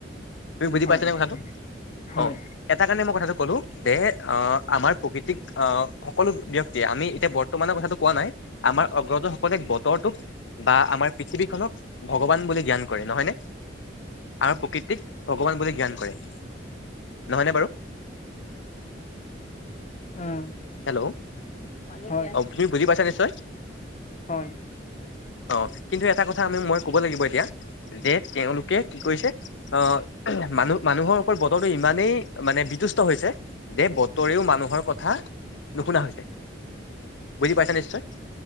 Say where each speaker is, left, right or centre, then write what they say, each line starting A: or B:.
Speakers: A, on the left; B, on the left.
A: তুমি বুজি
B: হয়,
A: পাইছা নে কথাটো
B: হয়,
A: অ এটা কাৰণে মই কথাটো কলো যে অ আমাৰ প্ৰকৃতিক আ সকলো ব্যক্তি এতিয়া আমি এতিয়া বৰ্তমানৰ কথাটো কোৱা নাই আমাৰ অগ্ৰজৰ সকলে বতৰটোক বা আমাৰ পৃথিৱীখনক ভগৱান বুলি জ্ঞান কৰে নহয় নে আৰু প্ৰকৃতিক ভগৱান বুলি জ্ঞান কৰে নহয়নে বাৰু
B: উম
A: হেল্ল'
B: হয়
A: অ তুমি বুজি পাইছা নিশ্চয়
B: হয়
A: অ কিন্তু এটা কথা আমি মই কব লাগিব এতিয়া যে তেওঁলোকে কি কৰিছে অ মানুহ মানুহৰ ওপৰত বতৰটো ইমানেই মানে বিতুষ্ট হৈছে যে বতৰেও মানুহৰ কথা নুশুনা হৈছে বুজি পাইছা নিশ্চয়